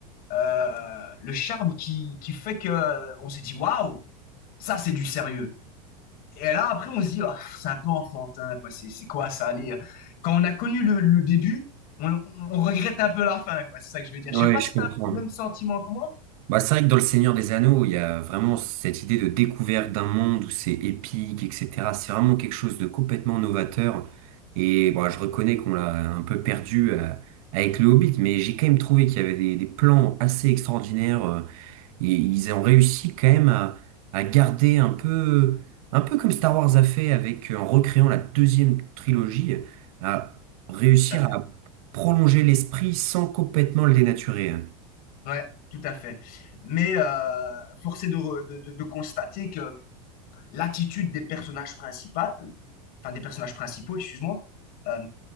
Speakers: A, on the left (about 50°); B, on the right (about 65°).
A: euh, le charme qui, qui fait que euh, on s'est dit waouh, ça c'est du sérieux. Et là, après, on se dit, Ah, c'est un peu enfantin, quoi. C'est c'est quoi ça? Allez, euh. quand on a connu le, le début, on, on regrette un peu la fin, quoi. C'est ça que je veux dire.
B: Ouais,
A: Je sais pas
B: je
A: si
B: comprends.
A: tu as le même sentiment que moi.
B: Bah, c'est vrai que dans Le Seigneur des Anneaux, il y a vraiment cette idée de découverte d'un monde où c'est épique, etc. C'est vraiment quelque chose de complètement novateur. Et bon, je reconnais qu'on l'a un peu perdu euh, avec Le Hobbit, mais j'ai quand même trouvé qu'il y avait des, des plans assez extraordinaires. euh, Ils ils ont réussi quand même à, à garder un peu, un peu comme Star Wars a fait avec, euh, en recréant la deuxième trilogie, à réussir
A: Tout à fait.
B: à prolonger l'esprit sans complètement le dénaturer.
A: Ouais, tout à fait. Mais euh, force est de, re- de, de- de constater que l'attitude des personnages principaux, enfin des personnages principaux, excuse-moi, euh,